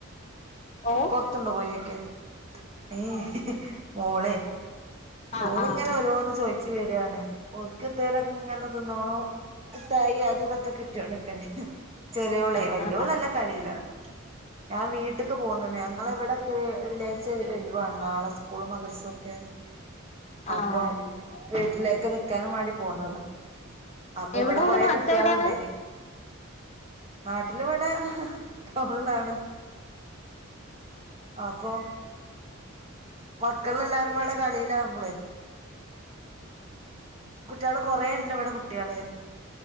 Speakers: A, on the left; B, on the right.
A: ഓ
B: പൊർതിണ്ട് പോയോക്ക്യ ഏഹ് മോളെ
A: ആഹ്
B: ഓളിങ്ങനെ
A: ആഹ്
B: ഓരോന്ന് ചോയിച്ച് വരാണ് ഓല്ക്ക് എത്തെലൊക്കെ ഇങ്ങനെ തിന്നോണം മുട്ടായി അത് ഇതൊക്കെ കിട്ടിയോണ്ടിക്കേണ്ടിയേരും ചെറിയോളേ
A: ആഹ്
B: വല്യോളല്ല
A: ആഹ്
B: കളിലാണ് ഞാൻ വീട്ടിക്ക് പോന്നിണ് ഞങ്ങള് ഇവിടെക്കെ വെള്ളിയാഴ്ച ഒഴിവാണ് നാളെ സ്കൂളും മദർസും ഒക്കെ
A: ആഹ്
B: അപ്പൊ വീട്ടിലേക്ക് നിക്കാനും വാണ്ടി പോന്നതാ അപ്പൊ
A: എവിടാണ്
B: ഇവിടെ കൊറെ
A: നാട്ടിലെവിടാണ്
B: കുട്ട്യാളുണ്ടെനി നാട്ടിലിവിടെ ടൗണിലാണ്. അപ്പം മക്കളെല്ലാരും പാടെ കളിലാവുമ്പളെ കുട്ട്യാള് കൊറേ ഇണ്ട് ഇവടെ കുട്ട്യാള്